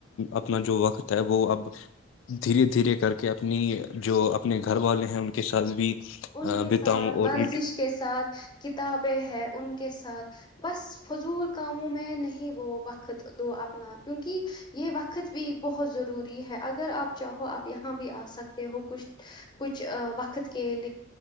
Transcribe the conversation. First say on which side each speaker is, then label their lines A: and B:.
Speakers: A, on the left (about 80°); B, on the left (about 25°).
A: اپنا جو وقت ہے وہ اب دھیرے دھیرے کر کے اپنی جو اپنے گھر والے ہیں ان کے ساتھ بھی
B: ان کے
A: بتاؤں
B: ساتھ
A: اور
B: ورزش
A: ان
B: کے ساتھ کتابیں ہے ان کے ساتھ بس فضول کاموں میں نہیں وہ وقت دو اپنا کیونکہ یہ وقت بھی بہت ضروری ہے اگر آپ چاہو آپ یہاں بھی آ سکتے ہو کچھ کچھ وقت کے لیے